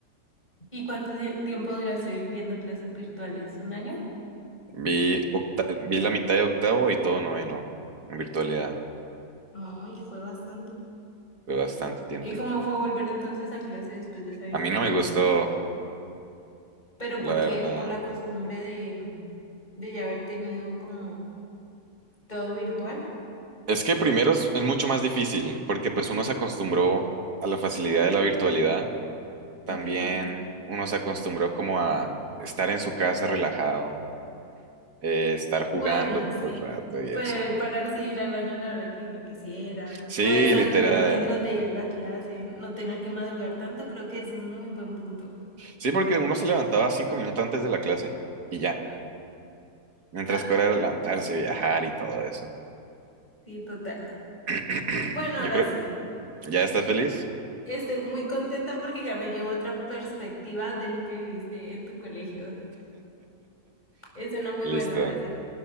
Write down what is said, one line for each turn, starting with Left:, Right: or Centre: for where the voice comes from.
Left: ¿Y cuánto di- tiempo duraste viendo clases virtuales? ¿Un año?
Right: Vi, octa- vi la mitad de octavo y todo noveno en virtualidad.
Left: Ay, fue bastante.
Right: Fue bastante tiempito.
Left: ¿Y cómo fue volver entonces a clase después de esa virtualidad?
Right: A mí no me gustó,
Left: ¿Pero por
Right: la verdad.
Left: qué? ¿Por la costumbre de, de ya haber tenido como todo virtual?
Right: Es que primero es es mucho más difícil porque pues uno se acostumbró a la facilidad de la virtualidad. También
Left: Ok.
Right: uno se acostumbró como a estar en su casa relajado, eh, estar
Left: Bueno,
Right: jugando todo
Left: sí.
Right: el rato y
Left: Pues
Right: eso.
Left: pararse y ir al baño a la hora que uno quisiera.
Right: Sí,
Left: O desayunar
Right: literal.
Left: mientras veía la clase. No tener que madrugar tanto, creo que es un muy buen punto.
Right: Sí, porque uno se levantaba cinco minutos antes de la clase y ya. Mientras
Left: Ah,
Right: que ahora era levantarse, viajar y todo eso.
Left: sí, total.
Right: <clears throat>
Left: Bueno, ahora
Right: Yo creo,
Left: sí.
Right: ¿ya estás feliz?
Left: Estoy muy contenta porque ya me llevo otra perspectiva de lo que viviste en tu colegio. Es una muy
Right: Listo.
Left: buena, ahora sí.